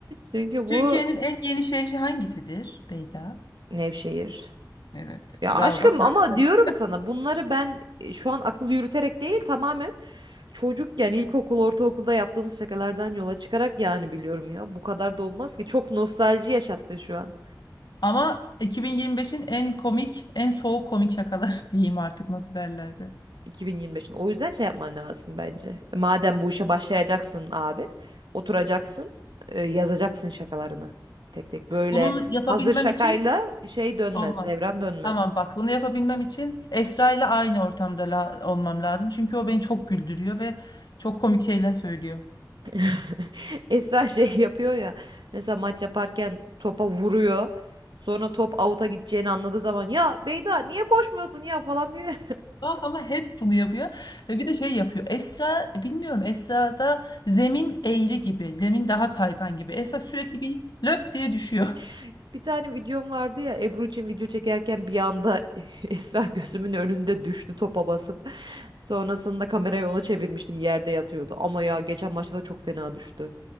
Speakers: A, on the right; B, on the left.
A: Çünkü
B: Türkiye'nin
A: bu
B: en yeni şehri hangisidir? Beyda.
A: Nevşehir.
B: Evet.
A: Ya
B: Bravo
A: aşkım
B: bak.
A: ama
B: harikasın.
A: diyorum sana bunları ben e, şu an akıl yürüterek değil tamamen çocukken ilkokul ortaokulda yaptığımız şakalardan yola çıkarak yani biliyorum ya bu kadar da olmaz ki çok nostalji yaşattın şu an
B: Ama 2025'in en komik, en soğuk komik şakaları <laughs> diyeyim artık nasıl derlerse.
A: 2025'in o yüzden şey yapman lazım bence E, madem bu işe başlayacaksın abi oturacaksın e, yazacaksın şakalarını tek tek böyle
B: Bunu yapabilmem
A: hazır şakayla
B: için
A: şey dönmez
B: olmaz.
A: devran dönmez.
B: Tamam bak bunu yapabilmem için Esra ile aynı ortamda la- olmam lazım. Çünkü o beni çok güldürüyor ve çok komik şeyler söylüyor.
A: <laughs> Esra şey yapıyor ya. Mesela maç yaparken topa vuruyor. Sonra top out'a gideceğini anladığı zaman ya Beyda niye koşmuyorsun ya falan diyor.
B: Bak ama hep bunu yapıyor. Ve bir de şey yapıyor. Esra bilmiyorum Esra'da zemin eğri gibi. Zemin daha kaygan gibi. Esra sürekli bir löp diye düşüyor.
A: <laughs> Bir tane videom vardı ya Ebru için video çekerken bir anda <laughs> Esra gözümün önünde düştü topa basıp. Sonrasında kamerayı ona çevirmiştim yerde yatıyordu. Ama ya geçen maçta da çok fena düştü.